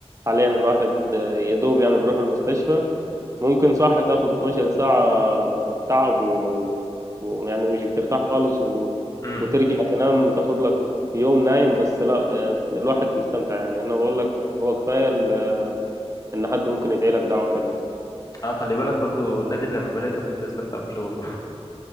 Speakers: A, on the right; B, on the left.
A: حاليا الواحد آه، يا دوب يعني بيروح المستشفى ممكن صح تاخد 12 ساعه آه، تعب و... ويعني مش بترتاح خالص و...
B: امم
A: وترجع تنام تاخد لك يوم نايم بس لا آه، الواحد بيستمتع يعني انا بقول لك هو كفايه ال- ان حد ممكن يدعي لك دعوه حلوه
B: اه خلي بالك برضو نازل لما بلاقي طبيب بستمتع بشغله